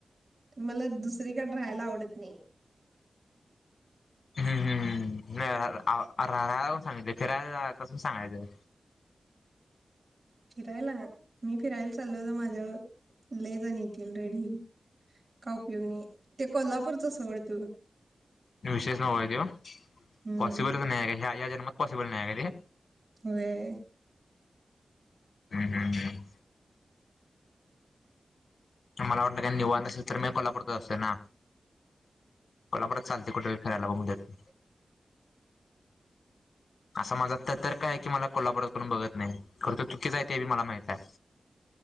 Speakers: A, on the right; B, on the left.
A: मला दुसरीकडे राहायला आवडत नाही.
B: हम्म, हम्. नाही राहायला आलोय सांगितले, फिरायला आलो सांगायचं.
A: फिरायला? मी फिरायला चाललं त माझ्यावर लय जण येतील रडून. का उपयोग नाई ते कोल्हापूरचं सोड तू.
B: विशेष नवं देव
A: हम्म
B: पॉसिबलच नाही आ रे. हा ह्या ज मग पॉसिबल नाही आय का ते?
A: व्हय
B: हम्-हम्-हम् मला वाटलं काय निवांत असेल तर मी कोल्हापुरात असते ना. कोल्हापुरात चालते कुठे वी फिरायला बघून देत. असा माझा त-तर्क आय की मला कोल्हापूरकडून बघत नाही, खरं तर चुकीचं आय ते बी मला माहित आय.